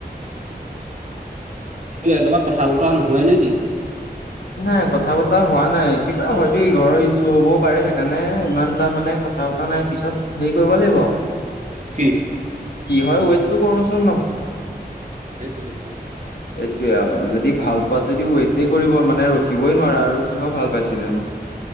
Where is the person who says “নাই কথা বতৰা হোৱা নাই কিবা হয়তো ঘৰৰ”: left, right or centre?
Left